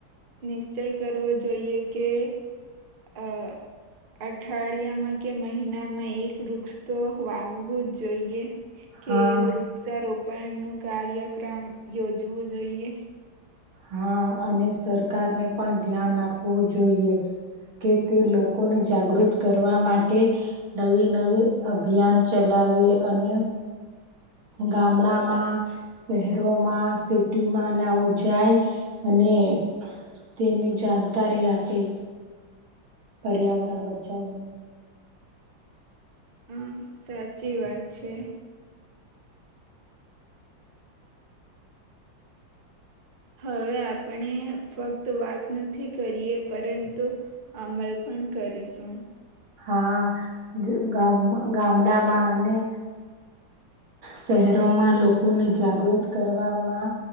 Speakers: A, on the right; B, on the right.
A: નિશ્ચય કરવો જોઈએ કે અ અઠવાડિયામાં કે મહિનામાં એક વૃક્ષ તો વાવવું જોઈએ. કે
B: હા
A: વૃક્ષારોપણ નું કાર્યક્રમ યોજવું જોઈએ
B: હા અને સરકારને પણ ધ્યાન આપવું જોઈએ. કે તે લોકોને જાગૃત કરવા માટે નવી નવી અભિયાન ચલાવે આવે અને ગામડામાં શહેરોમાં સિટીમાં નાવું જાય અને અને તેની જાણકારી આપે પર્યાવરણ બચાવનું
A: હમ સાચી વાત છે હવે આપણે ફક્ત વાત નથી કરીએ પરંતુ અમલ પણ પણ કરીશું
B: હાામ ગામડામાં અને શહેરોમાં લોકોને જાગૃત કરવામાં